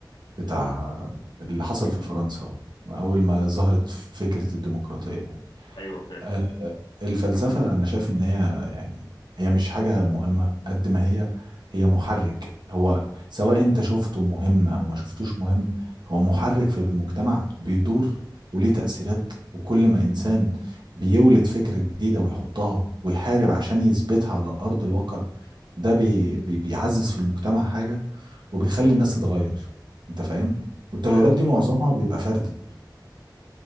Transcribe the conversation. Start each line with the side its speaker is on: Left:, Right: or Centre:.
Right: بتاع اللي حصل في فرنسا اول ما ظهرت فكرة الديمقراطية
Left: ايوه فاهم
Right: آه، الفلسفة أنا شايف إن هي يعني هي مش حاجة مهمة قد ما هي هي محرك هو سواء أنت شفته مهم أو ما شفتوش مهم هو محرك في المجتمع بيدور وليه تأثيرات وكل ما إنسان بيولد فكرة جديدة ويحطها ويحارب عشان يثبتها على أرض الواقع ده بي بي بيعزز في المجتمع حاجة وبيخلي الناس تتغير أنت فاهم؟ والتغيرات
Left: ايوه
Right: دي
Left: فاهم
Right: معظمها بيبقى فردي